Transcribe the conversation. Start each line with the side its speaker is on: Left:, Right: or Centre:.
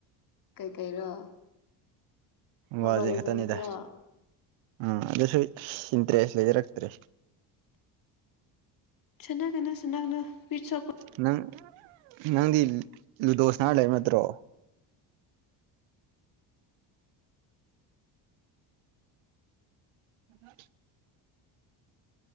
Left: ꯀꯩꯀꯩꯔꯣ ꯃꯣꯕꯥꯏꯜ
Right: ꯋꯥꯁꯦ
Left: ꯂꯦꯖꯦꯟ
Right: ꯈꯛꯇꯅꯤꯗ
Left: ꯈꯛꯇꯔꯣ
Right: ꯎꯝ ꯑꯗꯨꯁꯨ ꯏꯟꯇꯔꯦꯁ ꯂꯩꯖꯔꯛꯇ꯭ꯔꯦ
Left: ꯆꯅꯥꯒꯅ ꯆꯅꯥꯒꯅ ꯄꯤꯠꯁꯣꯀꯣ
Right: ꯅꯪ ꯅꯪꯗꯤ ꯂꯨꯗꯣꯁꯅꯥ ꯂꯩꯕ ꯅꯠꯇ꯭ꯔꯣ ꯎꯝ